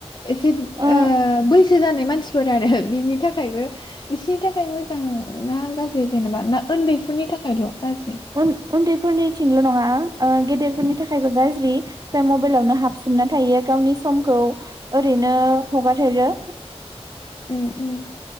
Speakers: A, on the left; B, on the right.
A: एसेब
B: ओ
A: आ बैसो जानाय मानसि फोर आरो बिनि थाखायबो बिसनि थाखाय मोजां ना गाज्रि जेनेबा ना उन्दैफोरनि थाखायल'? गाज्रि
B: उन उन्दैफोरनिथिंल' नङा। ओ गेदेरफोरनि
A: उम
B: थाखायबो गाज्रि। फ्राय मबाइलावनो हाबसोमना थायो गावनि समखौ ओरैनो हगारहरो।
A: उम